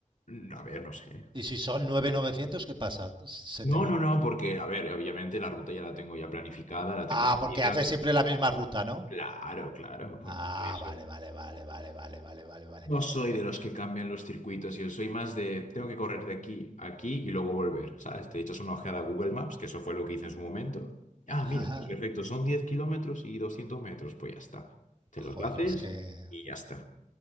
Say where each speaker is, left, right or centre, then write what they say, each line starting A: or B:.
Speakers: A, on the left (about 70°); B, on the right (about 35°).
A: Mm, A ver, no sé.
B: Y si son nueve novecientos ¿qué pasa? Se
A: No,
B: te...
A: no, no, porque, a ver, obviamente la ruta ya la tengo ya planificada, la tengo
B: Ah, porque
A: medida.
B: haces siempre la misma ruta, ¿no?
A: Claro, claro. por
B: Ah,
A: eso.
B: vale, vale, vale, vale, vale, vale, vale, vale.
A: No soy de los que cambian los circuitos, yo soy más de tengo que correr de aquí a aquí y luego volver, ¿sabes? Te echas una ojeada a Google Maps, que eso fue lo que hice en su momento. Ah,
B: <laughs>
A: mira, pues perfecto, son 10 kilómetros y 200 metros, pues ya está. Te
B: Joder,
A: los Claro. haces
B: yo es que.
A: y ya está.